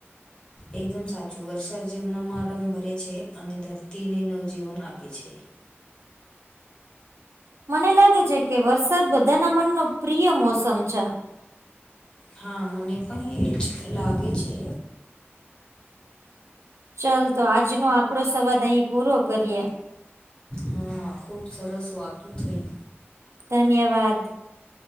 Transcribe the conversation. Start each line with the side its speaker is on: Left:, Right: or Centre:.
Left: એકદમ સાચું વર્ષા જીવનામાં રંગ ભરે છે અને ધરતીને નવજીવન આપે છે.
Right: મને લાગે છે વરસાદ બધાના મનનો પ્રિય મોસમ છે.
Left: હા મને પણ એ જ લાગે છે.
Right: ચાલ તો આજનો આપડો સવાદ અહી પૂરો કરીએ.
Left: હા ખુબ સરસ વાતો થઈ.
Right: ધન્યવાદ.